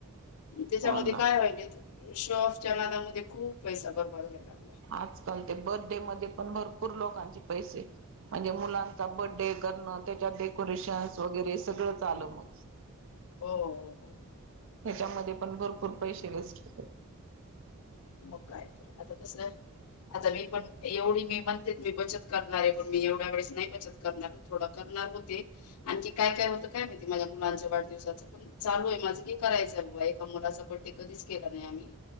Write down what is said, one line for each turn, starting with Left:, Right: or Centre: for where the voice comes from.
Left: त्याच्यामध्ये
Right: हो ना
Left: काय व्हाल शोऑफच्या नादाम खूप पैसा बरबाद होयला.
Right: आजकाल ते बर्डे मध्ये पण भरपूर लोकांचे पैसे म्हणजे मुलांचा बर्डे करण त्याच्यात डेकोरेशन वगैरे सगळंच आल मग.
Left: हो हो हो.
Right: हच्यामध्ये पण भरपूर पैसे वेस्ट
Left: मग काय तर आता कसं आता मी पण एवढी मी म्हणते मी बचत करणारे पण मी एवढ्या वेळेस नाही बचत करणार. थोडं करनार होते. आणखी काय काय होत काय माहिती माझ्या मुलांच्या वाढदिवसाच पण चालू आहे माझं की करायचं. एका मुलाचा बडे कधीच केला नाही आम्ही